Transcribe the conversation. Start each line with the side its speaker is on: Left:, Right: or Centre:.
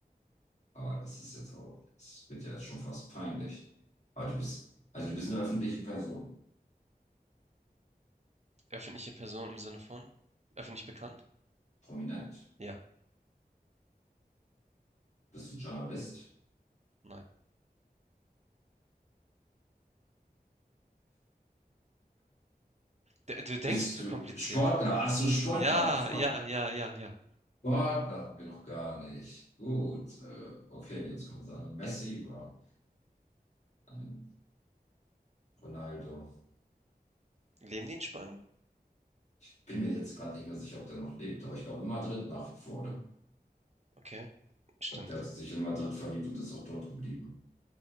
Left: Aber das ist jetzt auch, es wird ja schon fast peinlich. Aber du bist, also du bist eine öffentliche Person,
Right: Öffentliche Person im Sinne von öffentlich bekannt?
Left: prominent.
Right: Ja,
Left: Bist du Journalist?
Right: nein. D du denkst
Left: Bist
Right: zu
Left: du
Right: kompliziert.
Left: Sportler? Ach so, Sportler,
Right: Ja,
Left: Sportler,
Right: ja, ja, ja, ja.
Left: Sportler hatten wir noch gar nicht. Gut, äh, okay, jetzt kommen wir sagen, Messi war ein Ronaldo.
Right: Leben die in Spanien?
Left: Ich bin mir jetzt gerade nicht mehr sicher, ob der noch lebt, aber ich glaube in Madrid nach wie vor, oder?
Right: Okay, stimmt,
Left: Ich glaube, der hat sich in Madrid verliebt und ist auch dort geblieben.